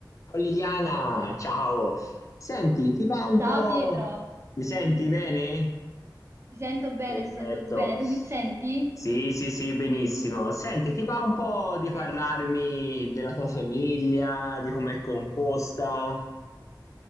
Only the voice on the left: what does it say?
Ciao Liliana, ciao. Senti, ti va un
po'?
Mi senti bene?
Perfetto.
Sì, sì, sì, benissimo. Senti, ti va un po' di
parlarmi della tua famiglia, di com'è composta?